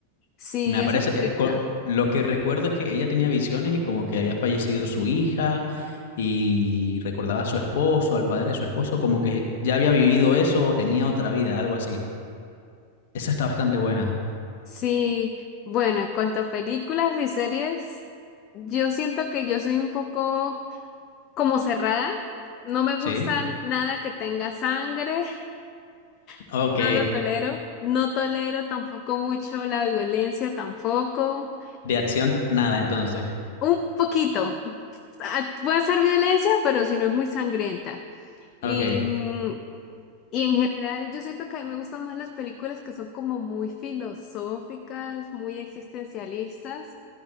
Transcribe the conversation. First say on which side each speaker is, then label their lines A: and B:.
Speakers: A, on the left; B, on the left.
A: Sí,
B: Me aparece,
A: esa película.
B: eh, co- lo que recuerdo es que ella tenía visiones y como que había fallecido su hija y recordaba a su esposo, al padre de su esposo, como que ya había vivido eso o tenía otra vida, algo así. Esa está bastante buena.
A: Sí, bueno, en cuanto a películas y series, yo siento que yo soy un poco como cerrada. No me gusta
B: Sí.
A: nada que tenga sangre, <laughs>
B: Ok.
A: no lo tolero. No tolero tampoco mucho la violencia, tampoco.
B: De acción, nada entonces.
A: Un poquito. Ah, Puede ser violencia, pero si no es muy sangrienta. Y,
B: Ok,
A: mm, y en general, yo siento que a mí me gustan más las películas que son como muy filosóficas, muy existencialistas.